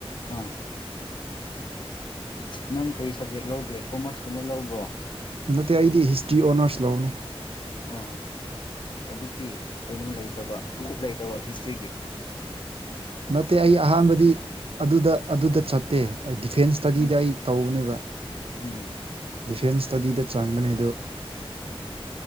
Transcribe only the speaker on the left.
ꯑꯥ ꯅꯪ ꯀꯩ ꯁꯕꯖꯦꯛ ꯂꯧꯒꯦ ꯀꯣꯃꯔꯁꯀꯨꯝꯕ ꯂꯧꯕ꯭ꯔꯣ
ꯑ ꯑꯗꯨꯒꯤ ꯀꯩꯅꯣ ꯂꯩꯇꯕ ꯁꯤꯞ ꯂꯩꯇꯕ ꯍꯤꯁꯇ꯭ꯔꯤꯒꯤ
ꯎꯝ
ꯎꯝ
<inaudible>